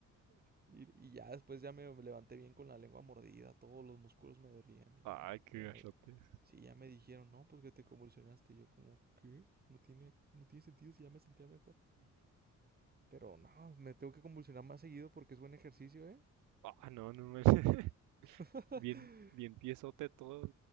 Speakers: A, on the right (about 30°); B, on the right (about 80°).
A: y, y ya después ya me levanté bien con la lengua mordida, todos los músculos me dolían y
B: Ay,
A: ya,
B: qué
A: ya
B: gachote.
A: me, sí, ya me dijeron, no, pues que te convulsionaste. Y yo como, ¿qué? No tiene, no tiene sentido si ya me sentía mejor. Pero no, me tengo que convulsionar más seguido porque es buen ejercicio, ¿eh?
B: Ah, no, no me. <laughs>
A: <laughs>
B: Bien, bien tiesote todo.